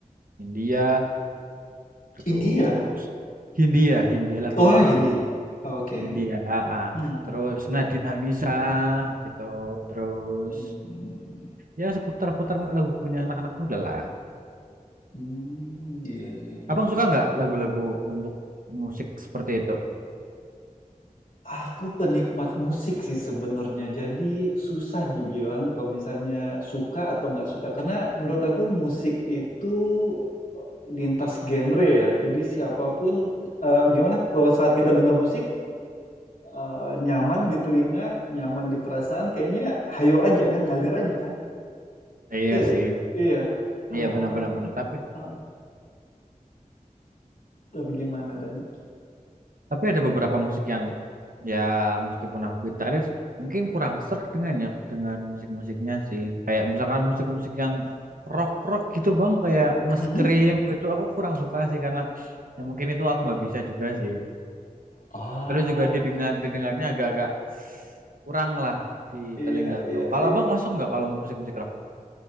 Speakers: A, on the right; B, on the left.
A: India, terus
B: India?
A: Hindia, Hindia lagunya
B: Oh, Hindi.
A: band Hindi,
B: Oke.
A: Hindia, ah, ah.
B: Hmm.
A: terus Nadine Amizah gitu, terus
B: Hmm.
A: ya seputar-putar lagunya anak-anak muda lah.
B: Hmm, iya, iya, iya,
A: Abang suka
B: iya.
A: nggak lagu-lagu untuk musik seperti itu?
B: Aku penikmat musik sih sebenarnya, jadi susah dibilang kalau misalnya suka atau nggak suka. Karena menurut aku musik itu eh, lintas genre ya. Jadi siapapun, eh, gimana? Kalau saat kita dengar musik, eh, nyaman di telinga, nyaman di perasaan, kayaknya hayo aja kan, ngalir aja kan.
A: Iya
B: Iya, nggak?
A: sih,
B: iya. Eh,
A: iya benar-benar benar. Tapi
B: eh, tapi gimana Dani?
A: tapi ada beberapa musik yang ya meskipun aku gitaris mungkin kurang serk dengan ya dengan musik-musiknya sih. Kayak misalkan musik-musik yang rock-rock gitu bang, kayak nge-scream
B: Mhm.
A: gitu aku kurang suka sih karena ya mungkin itu aku nggak bisa juga sih.
B: Ah,
A: Terus juga didengar didengarnya agak-agak kurang lah di
B: iya,
A: telinga aku.
B: iya,
A: Kalau
B: iya.
A: abang masuk nggak kalau musik-musik rock?